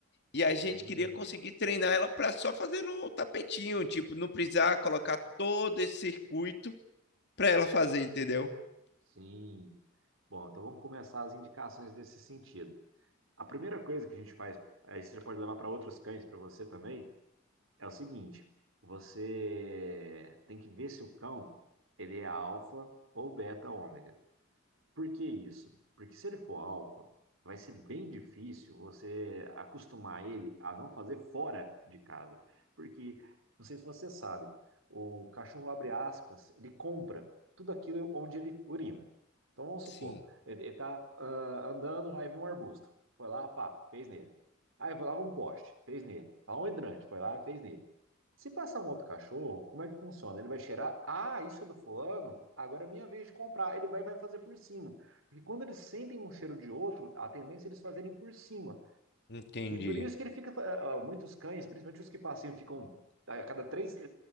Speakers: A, on the left (about 55°); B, on the right (about 75°).
A: E a gente
B: Hum.
A: queria conseguir treinar ela para só fazer no tapetinho, tipo, não precisar colocar todo esse circuito para ela fazer, entendeu?
B: Sim. Bom, então vamos começar as indicações nesse sentido. A primeira coisa que a gente faz, aí você já pode levar para outros cães, para você também, é o seguinte: você tem que ver se o cão ele é alfa ou beta ômega. Por que isso? Porque se ele for alfa, vai ser bem difícil você acostumar ele a não fazer fora de casa. Porque, não sei se você sabe, o cachorro abre aspas, ele compra tudo aquilo onde ele urina. Então vamos supor,
A: Sim,
B: ele, está andando, vai vir um arbusto. Foi lá, pá, fez nele. Aí foi lá um poste, fez nele. Lá um hidrante, foi lá fez nele. Se passar um outro cachorro, como é que funciona? Ele vai cheirar, ah, isso é do fulano, agora é minha vez de comprar. Ele vai, vai fazer por cima. Porque quando eles sentem um cheiro de outro, a tendência é eles fazerem por cima.
A: entendi.
B: E por isso que ele fica, ah, muitos cães, principalmente os que passeiam, ficam, a cada três, eh,